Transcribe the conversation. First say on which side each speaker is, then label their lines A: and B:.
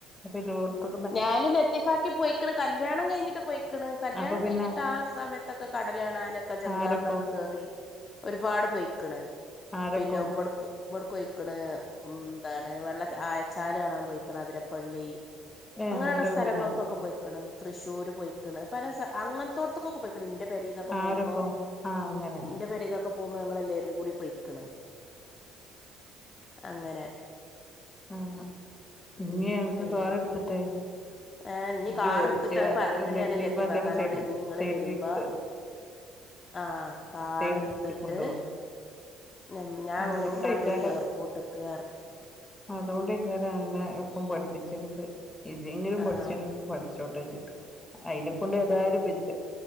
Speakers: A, on the left; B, on the left.
A: പ്പം എല്ലോട്ത്ത്
B: ഞാനും ലത്തിഫാക്കി പോയിക്ക്ണ് കല്യാണം കഴിഞ്ഞിട്ട് പോയിക്ക്ണ് കല്യാണം
A: അപ്പൊ പിന്നെ
B: കഴിഞ്ഞിട്ട് ആ സമ ത്തൊക്കെ കടലാണാനൊക്കെ ജംങ്കാറിലൊക്കെ
A: ആരൊപ്പം
B: കേറി ഒരുപാട് പൊയിക്ക്ണ്
A: ആരൊപ്പം
B: പിന്നെ ഇവട്ക്കും ഇവിട് ക്കൊയിക്ക്ണ് മ് എന്താണ് വെള്ള ച ആയ ചാല് കാണാൻ പോയിക്ക്ണ് അതിരപ്പള്ളി
A: ഏഹ്
B: അങ്ങനെയുള്ള
A: അങ്ങട്ടൊക്കെ
B: സ്ഥലങ്ങൾക്കൊക്കെ
A: പോയിന്നാ
B: പോയിക്ക്ണ് തൃശ്ശൂര് പോയിക്ക്ണ് പല സ അങ്ങന് ത്തോട്ത്ത്ക്ക്ക്കെ പോയി ക്ക്ണ് ഇന്റെ പെരീന്നൊക്കെ
A: ആരൊപ്പം
B: പോകുമ്പോ
A: ആഹ് അങ്ങനെ
B: ൻ്റെ പെരീന്നൊക്കെ പോകുമ്പോ ഞങ്ങൾ എല്ലരും കൂടി പൊയ്ക്കണ് അങ്ങനെ
A: അങ്ങ
B: ഉം
A: ഇഞ് ഞങ്ങക്ക്
B: പിന്നെ
A: കാർ എടുത്തിട്ടെ
B: ഏഹ് ഇഞ്ഞ്
A: ഇജ്ജോടിച്ച
B: കാർ എടുത്തിട്ട് അത് പറഞ്ഞ്ക്ക്ണ്
A: ലത്തിഫാക്കാനെ
B: ഞാന് ലത്തീഫക്കാനോട്
A: സൈഡ്
B: ഇഞ്ഞ് ഇങ്ങള്
A: സൈഡ്
B: വരുമ്പോ
A: ല് ര്ത്താ
B: ആഹ് കാർ
A: സൈഡിലിര്ത്തി
B: ട്ത്ത്ട്ട്
A: കൊണ്ടോവാ
B: ഞമ് ഞാ
A: ആഹ്
B: വിളിക്കാൻ
A: അതോണ്ടേക്കാരം
B: വരും എയർപോർട്ട് ക്ക് റ്ഞ്ഞ്
A: അതോണ്ടേകാരം അന്നെ ഇപ്പം പഠിപ്പിച്ചിക്ക്ണ്ത് ഇജ്ങ്കിലും
B: ആഹ്
A: പഠിച്ച് ണേ പഠിച്ചോട്ടെ ച്ചിട്ട് അയിനെ കൊണ്ട്ഏതായാലും ബെജ്ജ